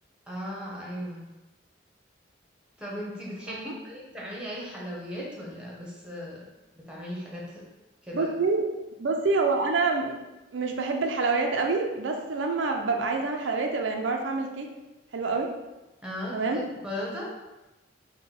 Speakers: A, in the centre; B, on the right (about 80°).
A: اه ايوه طب انتي بتحبي
B: فاهمه
A: طيب تعملي اي حلويات ولا بس آه، بتعملي حاجات كده
B: بصي بصي هو انا م- مش بحب الحلويات قوي بس لما ببقى عايزه اعمل حلويات يبقى يعني بعرف اعمل كيك حلو قوي
A: اه
B: تمام
A: كيكة شوكولاتة